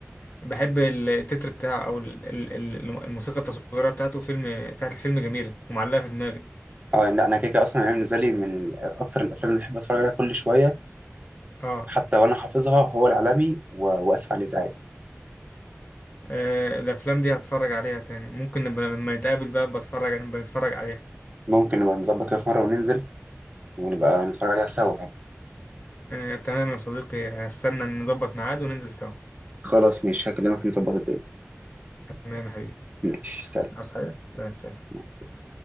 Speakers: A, on the left; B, on the right.
A: بحب التتر بتاعه او ال... ال... ال- الموسيقى التصويريه بتاعته فيلم بتاعت الفيلم جميله ومعلقه في دماغي
B: اه لا انا كده كده اصلا يعني بالنسبه لي من اكتر الافلام اللي بحب اتفرج عليها كل شويه
A: اه
B: حتى وانا حافظها هو العالمي و... واسف على الازعاج
A: آه، الافلام دي هتفرج عليها تاني ممكن نبقى لما نتقابل بقى بتفرج نبقى نتفرج عليها
B: ممكن نبقى نظبط كده في مره وننزل ونبقى نتفرج عليها سوا يعني
A: آه، تمام يا صديقي هستنى نظبط ميعاد وننزل سوا
B: خلاص ماشي هكلمك نظبط الدنيا
A: تمام يا حبيبي
B: ماشي سلام
A: عاوز حاجه سلام سلام.
B: مع السلامة.